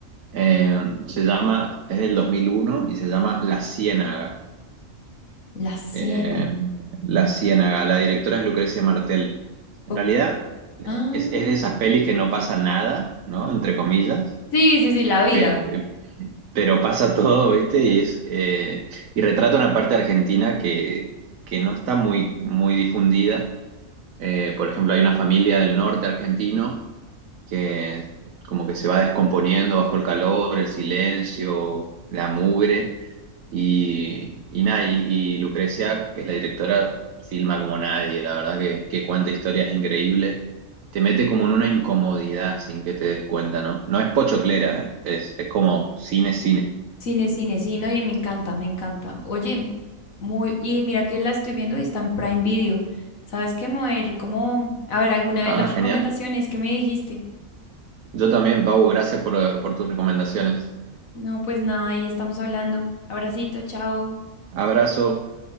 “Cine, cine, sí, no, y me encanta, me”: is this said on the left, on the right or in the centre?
Left